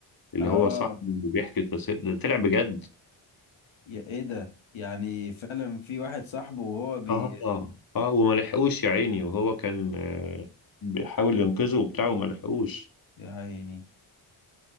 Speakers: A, on the left; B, on the left.
A: اللي
B: اه
A: هو صاحبه اللي بيحكي قصته ده طلع بجد
B: يا ايه ده يعني فعلا في واحد صاحبه وهو بي
A: اه اه اه وما لحقوش يا عيني وهو كان آه، بيحاول ينقذه وبتاع وما لحقوش
B: يا عيني